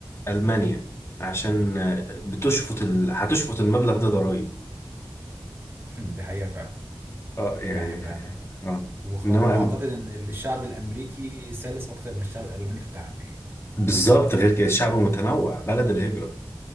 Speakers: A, on the left (about 30°); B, on the right (about 25°).
A: المانيا عشان بتشفط ال... هتشفط المبلغ ده ضرايب
B: <laughs> دي حقيقه فعلا
A: اه يعني
B: ده حقيقه فعلا
A: ف... آه.
B: وخ...
A: انما
B: واعتقد
A: أم-
B: ان الشعب الامريكي سلس اكتر من الشعب الالماني في التعامل
A: بالظبط غير كده الشعب متنوع بلد الهجره